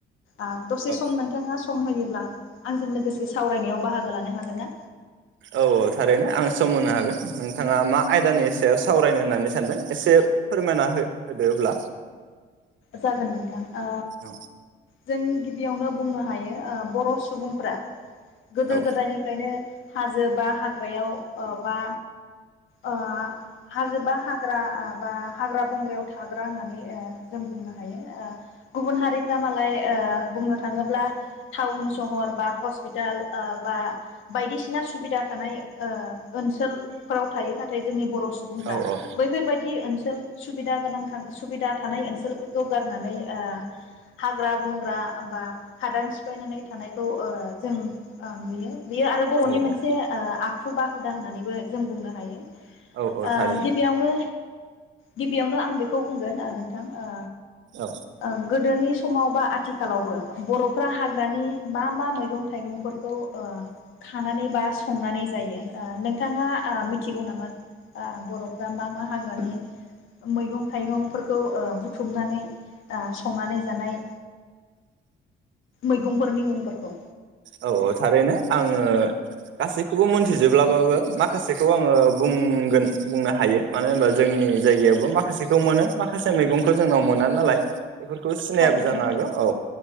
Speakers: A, on the left; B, on the right.
A: ओ दसे
B: औ
A: सम नोंथाङा सम होयो होयब्ला आंजों लोगोसे सावरायनायाव बाहागो लानो हागोनना?
B: औ औ थारैनो आं सम होनो हागोन नोंथाङा मा आयदानि सायाव सावरायनो होननानै सानदों एसे फोरमायना हो होदो अब्ला।
A: जागोन नोंथां ओ
B: औ
A: जों गिबियावनो बुंनो हायो ओ बर' सुबुंफ्रा गोदो
B: औ
A: गोदायनिफ्रायनो हाजोबा हाग्रायाव ओ बा ओ हाजोबा हाग्रा बा हाग्रा बंग्रायाव थाग्रा होननानै ओ जों बुंनो हायो ओ गुबुन हारिफ्रा मालाय ओ बुंनो थाङोब्ला टाउन सहर बा हस्पिटाल ओ बा ओ बायदिसिना सुबिदा थानाय ओ ओनसोलफ्राव थायो नाथाय जोंनि बर' सुबुंफ्रा
B: औ औ
A: बैफोरबायदि ओनसोल सुबिदा गोनां था सुबिदा थानाय ओनसो ओनसोलफोरखौ गारनानै ओ हाग्रा बंग्रा बा हादान सिफायनानै थानायखौ ओ जों ओ नुयो। बेयो आरो बर'नि
B: औ
A: मोनसे ओ आ हुुबा हुदा होननानैबो जों बुंनो हायो। ओ
B: औ औ थारैनो
A: गिबियावनो गिबियावनो आं बेखौ बुंगोन ओ नोंथां। ओ।
B: औ
A: ओ गोदोनि स समाव बा आथिखालावबो बर' फ्रा हाग्रानि मा मा मैगं थाइगंफोरखौ ओ खानानै बा संनानै जायो ओ नोंथाङा मिथिगौ नामा ओ बर'फ्रा मा मा हाग्रानि मैगं थाइगंफोरखौ ओ बु थुमनानै ओ संनानै जानाय मैगंफोरनि मुंफोरखौ
B: औ औ थारैनो आङो गासैखौबो मोनथिजोब्लाबाबो माखासेखौ आङो बुंगोन बुंनो हायो मानो होनबा जोंनि जायगायावबो माखासेखौ मोनो माखासे मैगंखो जोंनाव मोना नालाय। बेफोरखौ सिनायाबो
A: थारैनो
B: जानो
A: नोंथां
B: हागौ औ